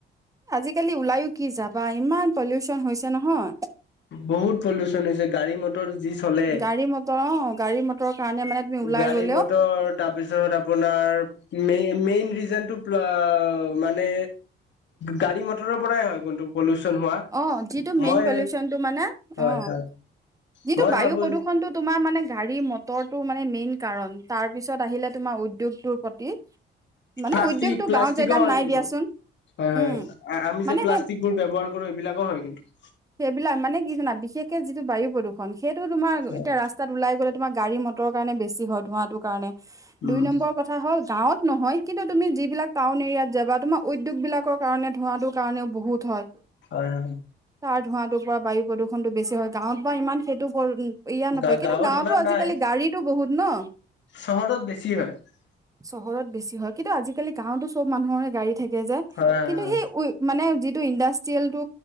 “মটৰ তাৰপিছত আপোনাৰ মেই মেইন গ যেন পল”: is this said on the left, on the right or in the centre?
Left